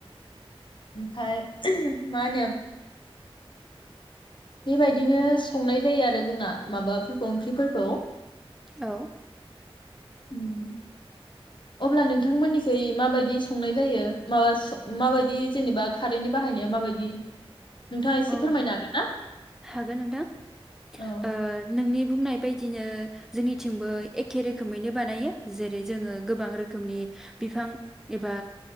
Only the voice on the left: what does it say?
ओमफाय मा होनो बेबायदिनो संनाय जायो आरो जोंना माबाफोरखौ ओंख्रिफोरखौ
ओम अब्ला नोंथांमोननिखै माबायदि संनाय जायो माबा माबायदि जेनेबा खारैनि बाहायनाया माबायदि नोंथाङा एसे
फोरमायनो हागोन ना?
औ